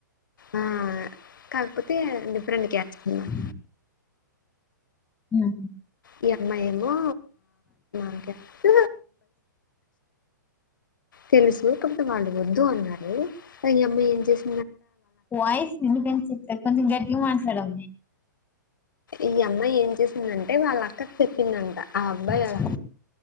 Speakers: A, on the left; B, on the left.
A: ఆ కాకపోతే డిఫరెంట్ క్యాస్ట్ అన్నమాట
B: అ ఉహు
A: ఈ అమ్మాయి ఏమో <inaudible> తెలుసు కాపోతే వాళ్ళు వద్దు అన్నారు అ ఈ అమ్మాయి ఏం చేస్
B: వాయిస్ వినిపించట్లేదు కొంచెం గట్టిగా మాట్ ట్లాడండి
A: ఈ అమ్మాయి ఏం చేసిందంటే వాళ్ళ అక్కకి చెప్పిందంట ఆ అబ్బాయి వాళ్ళ
B: స్తే